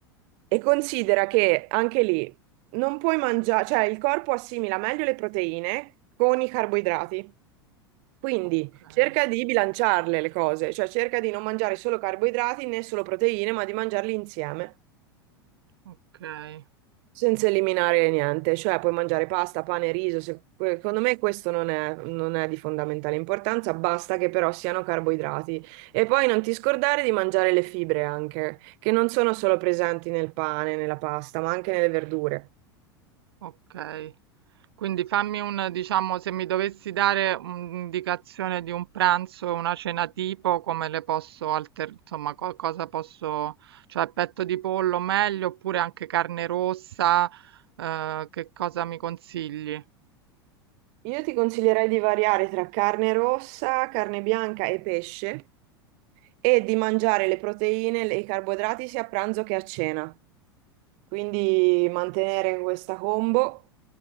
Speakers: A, on the right; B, on the right.
A: e considera che anche lì non puoi mangiare, cioè il corpo assimila meglio le proteine con i carboidrati. Quindi
B: Okay,
A: cerca di bilanciarle le cose, cioè cerca di non mangiare solo carboidrati né solo proteine, ma di mangiarli insieme.
B: okay,
A: Senza eliminare niente, cioè puoi mangiare pasta, pane, riso, se- que- secondo me questo non è, non è di fondamentale importanza, basta che però siano carboidrati. E poi non ti scordare di mangiare le fibre anche, che non sono solo presenti nel pane, nella pasta, ma anche nelle verdure.
B: okay. Quindi fammi un, diciamo, se mi dovessi dare un'indicazione di un pranzo e una cena tipo, come le posso alter, insomma, co- cosa posso, cioè petto di pollo meglio, oppure anche carne rossa, eh, che cosa mi consigli?
A: Io ti consiglierei di variare tra carne rossa, carne bianca e pesce. e di mangiare le proteine e i carboidrati sia a pranzo che a cena. Quindi mantenere questa combo